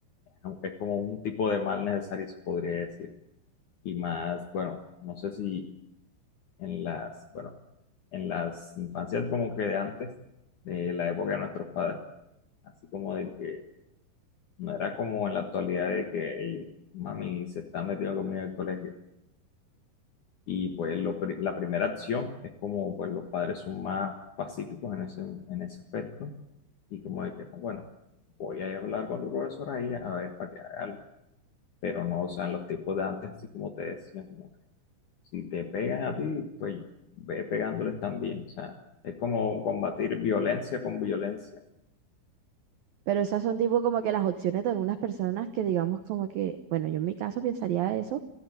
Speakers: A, on the left; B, on the right.
A: aunque es como un tipo de mal necesario, se podría decir. Y más, bueno, no sé si en las, bueno, en las infancias como que de antes, de la época de nuestros padres, así como de que no era como en la actualidad de que "Ey, mami se está metiendo conmigo en el colegio. Y pues lo pri- la primera acción es como pues los padres son más pacíficos en ese, en ese aspecto y como de que, "No, bueno, voy a ir a hablar con tu profesora ahí a ver para que haga algo". pero no, o sea, en los tiempos de antes, así como te decía, como que si te pegan a ti, pues ve pegándoles también, o sea, es como combatir violencia con violencia.
B: Pero esas son tipo como que las opciones de algunas personas que digamos como que, bueno, yo en mi caso pensaría eso,